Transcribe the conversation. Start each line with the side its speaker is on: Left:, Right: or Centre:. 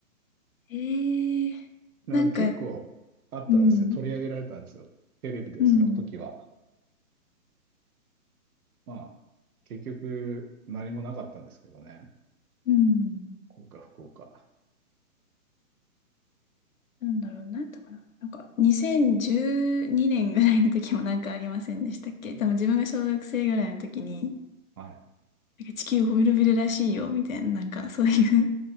Left: えー、
Right: なんか結構あったんですよ。
Left: なんか、うん、
Right: 取り上げられたんですよ。テレビでその時は。
Left: うん。
Right: まあ、結局何もなかったんですけどね。
Left: うん
Right: 幸か不幸か。
Left: なんだろう、なんとかな。なんか、2012年ぐらいの時もなんかありませんでしたっけ多分自分が小学生ぐらいの時に、
Right: はい。
Left: なんか地球滅びるらしいよ、みたいな、なんかそういう